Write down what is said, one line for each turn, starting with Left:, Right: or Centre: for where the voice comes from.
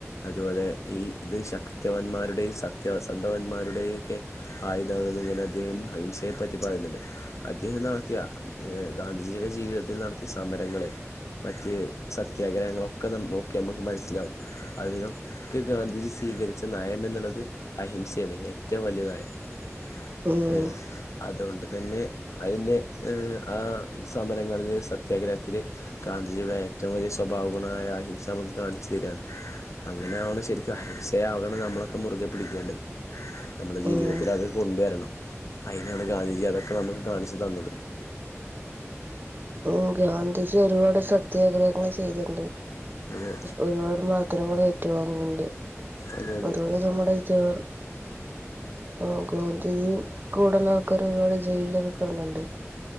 Left: അതുപോലെ ഈ ഇത് ശക്തവന്മാരുടെയും സത്യവസന്ധവന്മാരുടെയും ഒക്കെ ആയതാണെന്ന്ങ്ങനെ അദ്ദേഹം അഹിംസയെ പറ്റി പറയ്ന്നുണ്ട് അദ്ദേഹം നടത്തിയ ഏഹ് ഗാന്ധിജിയുടെ ജീവിതത്തിൽ നടത്തിയ സമരങ്ങള് മറ്റ് സത്യാഗ്രഹങ്ങളൊക്കെ നം നോക്കിയമ്മക്ക് മനസ്സിലാവും അദ്ധേഹം ക്ക് ഗാന്ധിജി സ്വീകരിച്ച നയം എന്നുള്ളത് അഹിംസെയാണ് ഏറ്റവും വലിയ നയം <inaudible>
Right: ഉം
Left: അതുകൊണ്ട് തന്നെ അയിന് ആഹ് സമരങ്ങളില് സത്യാഗ്രഹത്തില് ഗാന്ധിജിയുടെ ഏറ്റവും വലിയ സ്വഭാവഗുണായ അഹിംസമ്മക്ക് കാണിച്ചു തെരാണ് അങ്ങനെയാവണം ശരിക് അഹിംസയാകണം നമ്മളൊക്കെ മുറുകെ പിടിക്കേണ്ടത് നമ്മടെ ജീവിതത്തിൽ
Right: ഉം
Left: അത് കൊണ്ടുവരണം അയിനാണ് ഗാന്ധിജി അതൊക്കെ നമുക്ക് കാണിച്ചു തന്നത്
Right: ഓ ഗാന്ധിജിയൊരുപാട് സത്യാഗ്രഹങ്ങള് ചെയ്ത്ണ്ട്
Left: അതെ
Right: ഒരുപാട് മർധനങ്ങൾ ഏറ്റുവാങ്ങീണ്ട്
Left: അതെ അതെ
Right: അതുപോലെ നമ്മുടെ ജവഹർ ആഹ് ഗാന്ധിജിയും കൂടള്ളാൾക്കാരൊക്കെ ഒരുപാട് ജയിലിലൊക്കെ കെട്ന്ന്ണ്ട്